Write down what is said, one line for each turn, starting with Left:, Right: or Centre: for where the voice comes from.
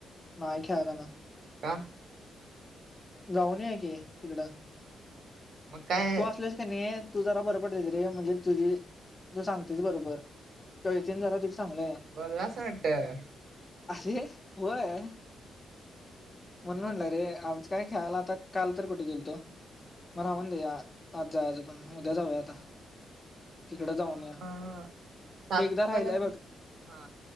Left: नाही खेळाय जाणार
Right: का?
Left: जाऊन या की तिकडं
Right: मग काय
Left: तू असलास का नाही तू जरा बरं पडतयसं रे म्हणजे तुझी तू सांगतोयस बरोबर तळीतेन जरा तिथं चांगलय
Right: बोललास वाटतं
Left: अरे होय म्हणून
Right: बरं
Left: म्हणलं रे आलो च काय खेळाला आता काल तर कुठे गेल तो मग
Right: हम्म
Left: राहुं दे या आज जायाचं पण उद्या जावया आता तिकडं जाऊन
Right: मग
Left: या
Right: सात
Left: ते एकदा राहिलयं
Right: पर्यंत
Left: बघ
Right: हा